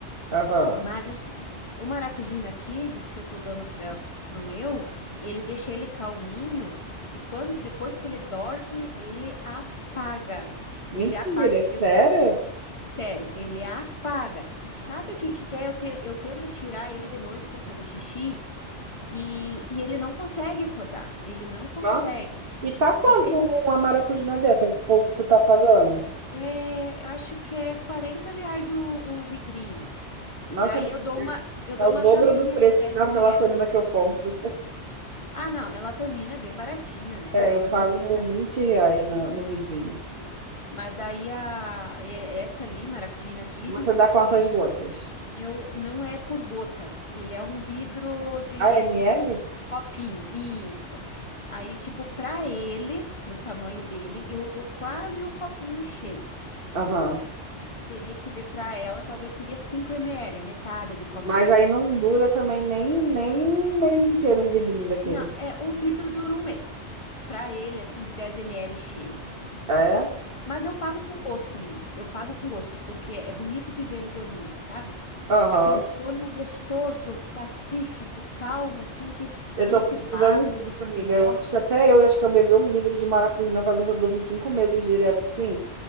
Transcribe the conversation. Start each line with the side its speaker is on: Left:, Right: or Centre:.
Right: Aham.
Left: Mas assim, o Maracujina Kids que eu tô dando para pro meu, ele deixa ele calminho e quando depois que ele dorme, ele apaga.
Right: Mentira,
Left: Ele apaga.
Right: é sério?
Left: Eu sério, ele apaga. Sabe o que que é? Eu, te- eu tento tirar ele de noite para fazer xixi e, e ele não consegue acordar. Ele não consegue.
Right: Nossa. E tá quanto
Left: Eu tenho
Right: uma maracujina dessa? Que pouco tu tá pagando?
Left: É, eu acho que é 40 reais o, o vidrinho.
Right: Nossa,
Left: Daí eu dou
Right: é
Left: uma, eu dou
Right: é o
Left: uma
Right: dobro
Left: tampinha
Right: do preço
Left: de 10
Right: da
Left: ml.
Right: melatonina que eu compro.
Left: Ah, não, a melatonina é bem baratinha, né?
Right: É,
Left: Melatonina
Right: eu pago
Left: é
Right: 20 reais
Left: pouquinho,
Right: no, no vidrinho.
Left: assim. Mas daí a, é- essa ali, Maracujina Kids,
Right: Você dá quantas gotas?
Left: eu, não é por gotas. Ele é um vidro de,
Right: A ml?
Left: de copinho. Isso. Aí, tipo, pra ele, pro tamanho dele, eu dou quase o copinho cheio.
Right: Aham.
Left: né? E Teria que ver para ela, talvez seria 5 ml, a metade do copinho.
Right: Mas aí não dura também nem, nem um mês inteiro um vidrinho daquele.
Left: Não, é um vidro dura um mês. Para ele, assim, de 10 ml cheio.
Right: É?
Left: Mas eu pago com gosto, menina. Eu pago com gosto, porque é bonito de ver ele dormindo, sabe?
Right: Aham.
Left: Aquele sono gostoso, pacífico, calmo, assim, que
Right: Eu
Left: não
Right: tô
Left: se
Right: precisando
Left: bate,
Right: disso,
Left: não se
Right: amiga.
Left: mexe.
Right: Eu acho que até eu, eu acho que eu bebi um vidro de maracujá pra ver se eu durmo cinco meses direto, sim.